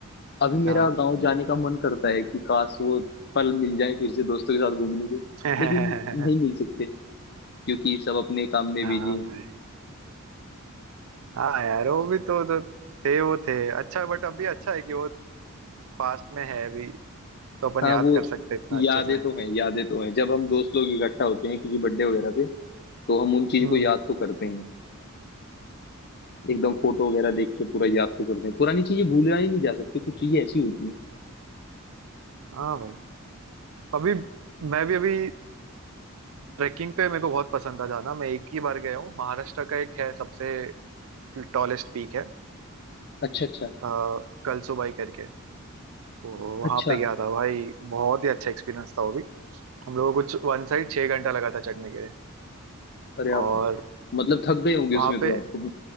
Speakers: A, on the left; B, on the right.
A: अभी मेरा
B: हाँ
A: गांव जाने का मन करता है कि काश वो पल मिल जाए फिर से दोस्तों के साथ घूमने के
B: <laughs>
A: लेकिन नहीं
B: हाँ
A: मिल सकते क्योंकि सब अपने काम में
B: भाई
A: बिजी हैं
B: हाँ यार वो भी तो, तो थे वो थे अच्छा बट अभी अच्छा है कि वो पास्ट में है अभी तो अपन
A: हाँ
B: याद
A: वो
B: कर सकते हैं इतना
A: यादें
B: अच्छे से
A: तो हैं यादें तो हैं जब हम दोस्त लोग इकट्ठा होते हैं किसी बर्थडे वगैरह पे तो हम उन चीज
B: हम्म
A: को याद तो करते हैं एकदम
B: हाँ
A: फोटो
B: भाई
A: वगैरह देख के पूरा याद तो करते हैं पुरानी चीजें भूला ही नहीं जा सकती कुछ चीजें ऐसी होती हैं
B: हाँ भाई अभी मैं भी अभी ट्रैकिंग पे मेरे को बहुत पसंद था जाना मैं एक ही बार गया हूँ महाराष्ट्र का एक है सबसे टॉलेस्ट पीक है
A: अच्छा अच्छा
B: आ, कलसुबाई करके तो वहां
A: अच्छा
B: पे गया था भाई बहुत ही अच्छा एक्सपीरियंस था वो भी हम लोगों को कुछ वन साइड छह घंटा लगा था चढ़ने के लिए
A: अरे
B: और
A: आप मतलब थक गए होंगे
B: हाँ।
A: उसमें
B: वहां पे
A: तो आपको